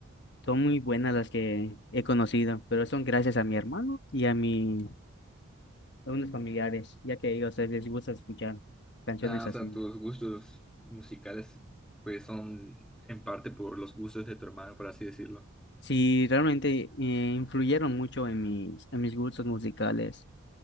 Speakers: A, on the left; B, in the centre.
A: Son muy buenas las que he conocido, pero son gracias a mi hermano y a mi, a unos familiares, ya que ellos eh, les gusta escuchar canciones
B: Ah,
A: así.
B: o sea, tus gustos musicales pues son en parte por los gustos de tu hermano, por así decirlo.
A: Sí, realmente eh, influyeron mucho en mis, en mis gustos musicales,